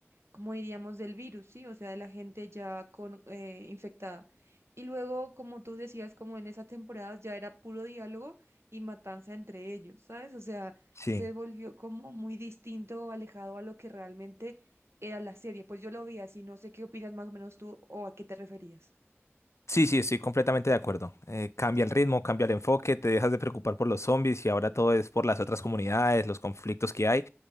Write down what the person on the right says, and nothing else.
como diríamos, del virus, ¿sí? O sea, de la gente ya con, eh, infectada. Y luego, como tú decías, como en esas temporadas ya era puro diálogo y matanza entre ellos, ¿sabes? O sea,
se volvió como muy distinto, alejado a lo que realmente era la serie. Pues yo lo veía así, no sé qué opinas más o menos tú o a qué te referías.